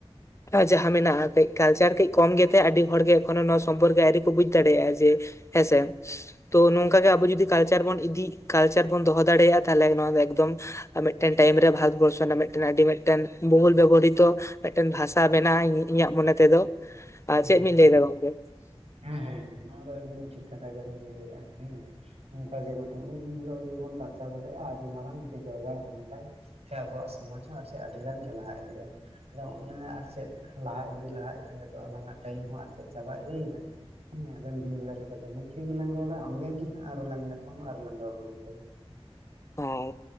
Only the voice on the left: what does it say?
ᱡᱟᱦᱟᱸ ᱢᱮᱱᱟᱜᱼᱟ ᱠᱟᱹᱡ ᱠᱟᱞᱪᱟᱨ ᱠᱟᱹᱡ ᱠᱚᱢ ᱜᱮ ᱛᱮ ᱟᱹᱰᱤ ᱦᱚᱲᱜᱮ ᱮᱠᱷᱚᱱᱳ ᱱᱚᱣᱟ ᱥᱚᱢᱯᱚᱨᱠᱮ ᱟᱹᱣᱨᱤ ᱠᱚ ᱵᱩᱡ ᱫᱟᱲᱮᱭᱟᱜᱼᱟ ᱡᱮ ᱦᱮᱸᱥᱮ ᱛᱚ ᱱᱚᱝᱠᱟ ᱜᱮ ᱟᱵᱚ ᱡᱩ ᱫᱤ ᱠᱟᱞᱪᱟᱨ ᱵᱚᱱ ᱤᱫᱤ ᱠᱟᱞᱪᱟᱨ ᱵᱚᱱ ᱫᱚᱦᱚ ᱫᱟᱲᱮᱭᱟᱜᱼᱟ ᱛᱟᱦᱚᱞᱮ ᱱᱚᱣᱟ ᱮᱠᱫᱚᱢ ᱟᱨ ᱢᱤᱫᱴᱮᱱ ᱴᱟᱭᱤᱢ ᱨᱮ ᱵᱷᱟᱨᱚᱛᱵᱚᱨᱥᱚ ᱨᱮᱱᱟᱜ ᱢᱤᱫᱴᱮᱱ ᱟᱹᱰᱤ ᱢᱤᱫᱴᱮᱱ ᱵᱷᱚᱦᱩᱞ ᱵᱮᱵᱚᱦᱚᱨᱤᱛᱚ ᱢᱤᱫᱴᱮᱱ ᱵᱷᱟᱥᱟ ᱵᱮᱱᱟᱜ ᱤᱧᱟᱹᱜ ᱢᱚᱱᱮ ᱛᱮᱫᱚ
ᱟᱨ ᱪᱮᱫ
ᱵᱮᱱ ᱞᱟᱹᱭ ᱫᱟ ᱜᱚᱝᱠᱮ
ᱦᱳᱭ